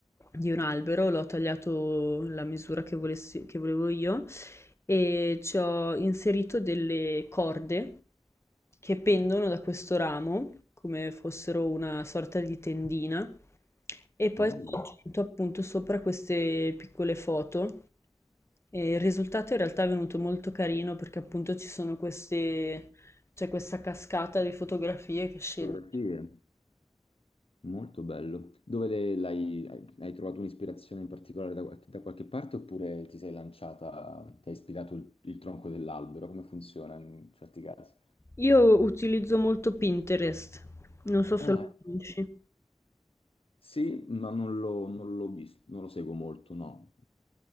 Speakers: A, on the left (about 25°); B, on the left (about 60°).
A: di un albero, l'ho tagliato la misura che volessi- che volevo io e ci ho inserito delle corde che pendono da questo ramo, come fossero una sorta di tendina, e poi
B: Bello.
A: ho aggiunto appunto sopra queste piccole foto. E il risultato in realtà è venuto molto carino perché appunto ci sono queste, c'è questa cascata di fotografie che scende.
B: Fotografie. Molto bello. Dove le- l'hai, hai hai trovato un'ispirazione in particolare da, qual- da qualche parte oppure ti sei lanciata, ti hai ispirato il, il tronco dell'albero? Come funziona in certi casi?
A: Io utilizzo molto Pinterest, non so se
B: Ah,
A: lo
B: ecco.
A: conosci.
B: sì, ma non l'ho non l'ho visto, non lo seguo molto, no.